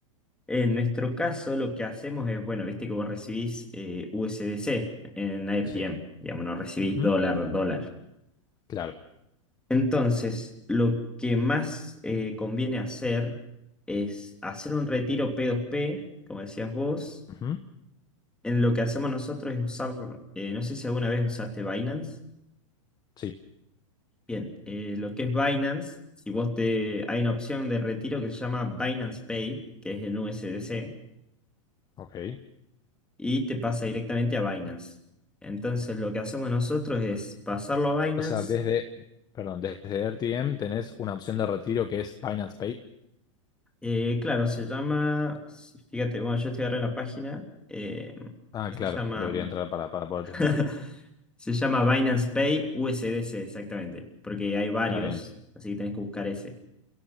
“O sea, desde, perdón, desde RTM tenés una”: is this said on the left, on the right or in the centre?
Left